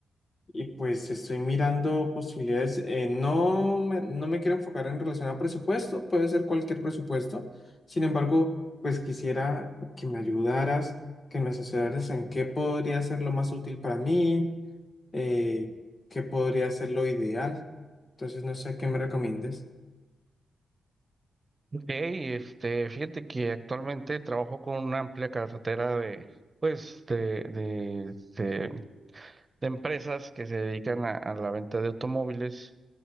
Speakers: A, on the left; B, on the right.
A: y pues estoy mirando posibilidades. eh, no me, no me quiero enfocar en relación a presupuesto, puede ser cualquier presupuesto. Sin embargo, pues quisiera que me ayudaras, que me asesoraras en qué podría ser lo más útil para mí eh, qué podría ser lo ideal. Entonces, no sé qué me recomiendes.
B: Ok, este, fíjate que actualmente trabajo con una amplia cartera de, pues, de, de, de- de empresas que se dedican a, a la venta de automóviles.